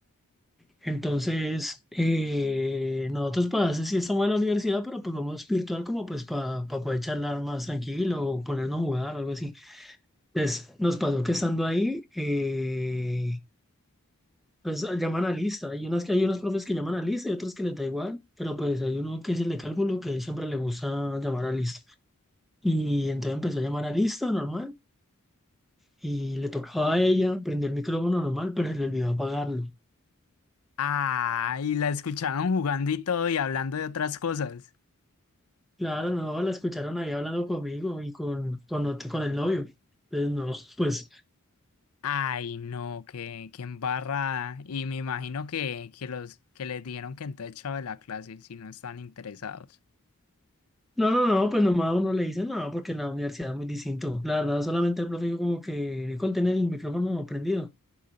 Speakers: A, in the centre; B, on the left.
A: Entonces, eh, nosotros para eso sí estamos en la universidad, pero pues vamos virtual como pues para poder charlar más tranquilo o ponernos a jugar, algo así. Entonces, nos pasó que estando ahí, eh, pues llaman a lista. Hay unas que hay unos profes que llaman a lista y otros que les da igual, pero pues hay uno que es el de cálculo que él siempre le gusta llamar a lista. Y entonces empezó a llamar a lista normal y le tocaba a ella prender el micrófono normal, pero se le olvidó apagarlo.
B: Ah, y la escucharon jugando y todo y hablando de otras cosas.
A: Claro, no, la escucharon ahí hablando conmigo y con, con, ot- con el novio. Entonces, no, pues,
B: Ay, no, qué, qué embarrada. Y me imagino que, que los que les dijeron que entonces echado de la clase si no están interesados.
A: no, no, no, pues nomás uno le dice, no, porque en la universidad es muy distinto. La verdad, solamente el profe dijo como que con tener el micrófono prendido.